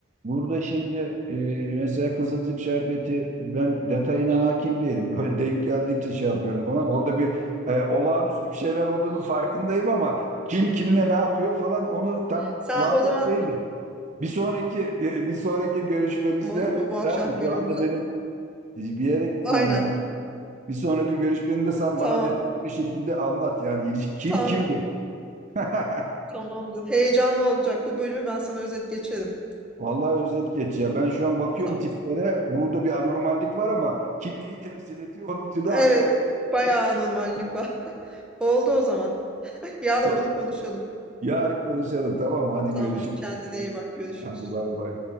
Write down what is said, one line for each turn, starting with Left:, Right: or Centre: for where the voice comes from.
Right: Burada şimdi e, mesela Kızılcık Şerbeti ben detayına hakim değilim. <laughs> Böyle denk geldikçe şey yapıyorum falan. Orada bir e, olağanüstü bir şeyler olduğunu farkındayım ama kim kimle ne yapıyor falan onu tam
Centre: Sen
Right: vakıf
Centre: o zaman
Right: değilim. Bir sonraki bir, bir sonraki görüşmemizde
Centre: olur mu? Bu akşamki
Right: tamam mı? Şu
Centre: bölüm
Right: anda
Centre: güzel.
Right: benim bir yere gitmem
Centre: Aynen.
Right: lazım. Bir sonraki görüşmemde sen
Centre: Tamam.
Right: bana detaylı bir şekilde anlat. Yani iliş- kim
Centre: Tamam,
Right: kimdir? <laughs>
Centre: tamamdır. Heyecanlı olacak. Bu bölümü ben sana özet geçerim.
Right: Vallahi özet geç ya. Ben şu an bakıyorum
Centre: Tamam.
Right: tiplere. Burada bir anormallik var ama kim neyi temsil ediyor onu bir türlü
Centre: Evet,
Right: açık.
Centre: bayağı anormallik var. <laughs> Oldu o zaman. Yarın
Right: <laughs>
Centre: bunu konuşalım.
Right: Yarın konuşalım tamam. Hadi
Centre: Tamam,
Right: görüşürüz.
Centre: kendine iyi bak. Görüşürüz.
Right: Hadi bay bay.